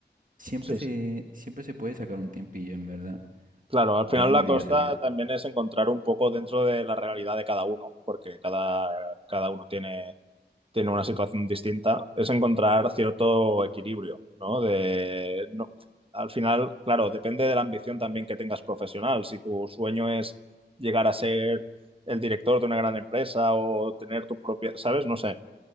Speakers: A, on the right; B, on the right.
A: siempre
B: Sí,
A: se,
B: sí.
A: siempre se puede sacar un tiempillo, en verdad.
B: Claro, al final
A: Algún
B: la
A: día
B: costa
A: seguro.
B: también es encontrar un poco dentro de la realidad de cada uno, porque cada, cada uno tiene, tiene una situación distinta, es encontrar cierto equilibrio, ¿no? De, no, al final, claro, depende de la ambición también que tengas profesional. Si tu sueño es llegar a ser el director de una gran empresa o tener tu propia, ¿sabes? No sé.